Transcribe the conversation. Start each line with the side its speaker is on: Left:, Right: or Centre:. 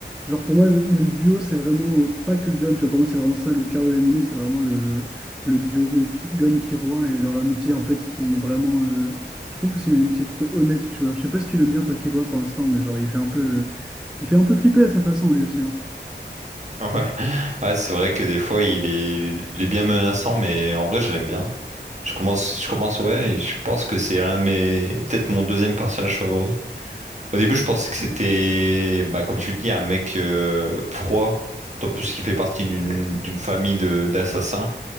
Centre: Genre, pour moi, le duo, c'est vraiment euh, pas que Gon, tu vois, pour moi, c'est vraiment ça, le cœur de l'animé, c'est vraiment le, le duo euh, qui, Gon-Killua et leur amitié, en fait, qui est vraiment, euh, je trouve que c'est une amitié plutôt honnête, tu vois, je sais pas si tu l'aimes bien, toi, Killua, pour l'instant, mais genre, il fait un peu, il fait un peu flipper à sa façon, lui aussi, hein.
Right: <laughs> Ouais, ouais, c'est vrai que des fois il est, il est bien menaçant, mais en vrai je l'aime bien. Je commence, je commence, ouais, et je pense que c'est l'un de mes, peut-être mon deuxième personnage favori. Au début, je pensais que c'était, bah, comme tu le dis, un mec euh, froid, en plus qui fait partie d'une d'une famille de d'assassins.